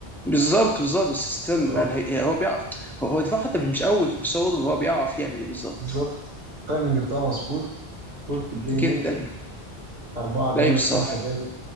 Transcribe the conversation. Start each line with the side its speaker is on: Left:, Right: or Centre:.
Centre: بالظبط بالظبط بس ستيل
Right: خرافي
Centre: مان هي هي- هو بيعرف هو هو دفاع حتى مش قوي بس هو برضه هو بيعرف يعمل ايه بالظبط
Right: بالظبط التايمنج بتاعه مظبوط بولت بلاي
Centre: جدا
Right: ميكر أربعة جامد
Centre: لعيب الصراحه
Right: خمسة جامد